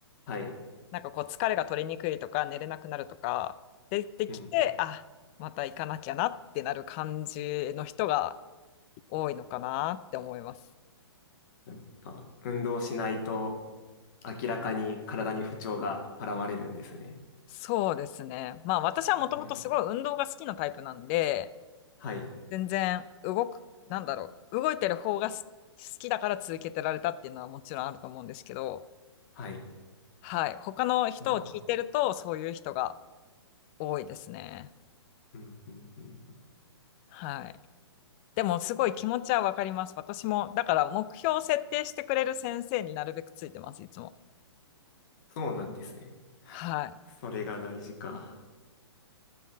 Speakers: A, on the left; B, on the left.
A: あ。はい。
B: なんかこう疲れが取れにくいとか寝れなくなるとか出てきて、
A: うん。
B: あ、また行かなきゃなってなる感じの人が多いのかなって思います。
A: やっぱ運動しないと明らかに体に不調が現れるんですね。
B: そうですね。まあ私はもともとすごい運動が好きなタイプなんで、
A: ピラティスはい。
B: 全然動く、なんだろう、動いてる方がす好きだから続けてられたっていうのはもちろんあると思うんですけど、
A: はい。
B: はい。他の人を聞いてるとそういう人が
A: ああ。
B: 多いですね。
A: うん、うん、うん。
B: はい。でもすごい気持ちはわかります。私も、だから目標を設定してくれる先生になるべくついてます、いつも。
A: そうなんですね。
B: はい。
A: それが大事か。